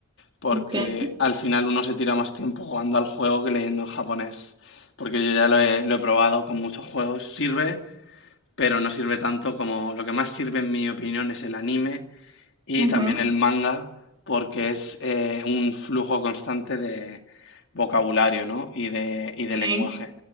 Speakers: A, on the left; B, on the right.
A: porque
B: Okay,
A: al final uno se tira más tiempo jugando al juego que leyendo en japonés. Porque yo ya lo he, lo he probado con muchos juegos. Sirve, pero no sirve tanto como lo que más sirve en mi opinión es el anime Y
B: Ujú,
A: también el manga, porque es eh, un flujo constante de vocabulario, ¿no? Y de, y de
B: okay.
A: lenguaje.